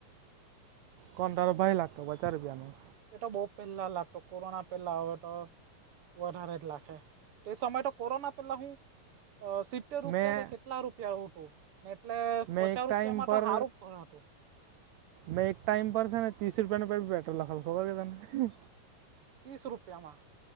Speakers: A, on the right; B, on the right.
A: કોણ તારો ભાઈ લાખતો પચાસ રૂપિયાનું
B: એતો બો પેલા લાખતો, કોરોના પેલાહ અવે તો વધારે જ. તે સમય તો કોરોના પહેલા હું અ સીપ સીતેર રૂપિયા
A: મેં
B: કે કેટલા રૂપિયા હતું, એટલે
A: મેં
B: પચાસ
A: એક ટાઈમ
B: રૂપિયામાં
A: પર
B: હારું પણ હતું.
A: મેં એક ટાઈમ પર છે, ને ત્રીસ રૂપિયા બી પેટ્રોલ લખાવતો ખબર કે તને.
B: ત્રીસ રૂપિયામાં.